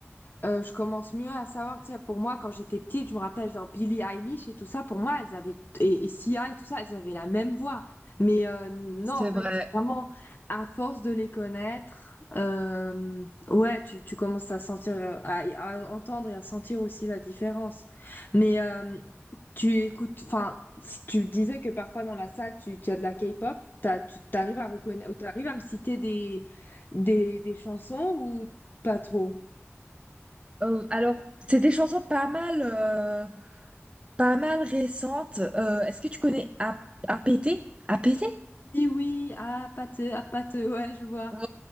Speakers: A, on the left; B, on the right.
A: Euh, je commence mieux à savoir, tu sais, pour moi, quand j'étais petite, je me rappelle, genre, Billie Eilish et tout ça, pour moi, elles avaient, et, et Sia et tout ça, elles avaient la même voix. Mais euh, non,
B: C'est
A: en fait,
B: vrai.
A: c'est vraiment, à force de les connaître, euh, ouais, tu, tu commences à sentir, euh, à, à entendre et à sentir aussi la différence. Mais euh, tu écoutes, enfin, si tu disais que parfois dans la salle, tu, tu as de la K-pop, t'as- tu t'arrives à reconnaître, ou t'arrives à me citer des, des, des chansons ou pas trop?
B: Euh, alors, c'est des chansons pas mal, euh, pas mal récentes. Euh, est-ce que tu connais A- APT? APT?
A: Oui, oui, ah, pâteux, ah, pâteux, <laughs> ouais, je vois.
B: Ouais,